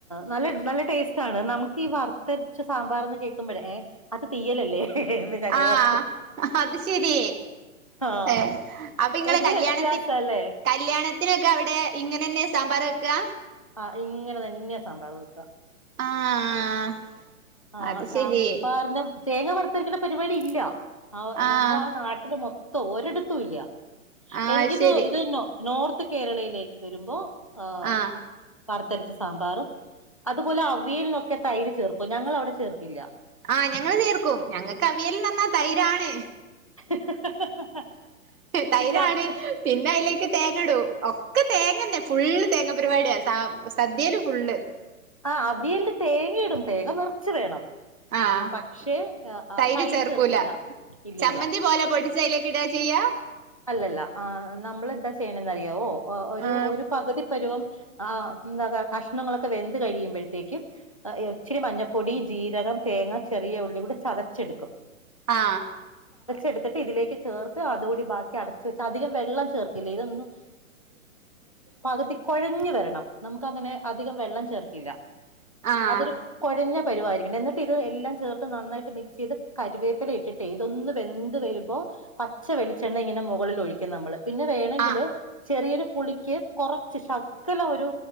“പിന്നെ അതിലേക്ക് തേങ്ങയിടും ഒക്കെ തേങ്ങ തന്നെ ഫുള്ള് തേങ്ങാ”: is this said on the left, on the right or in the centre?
Right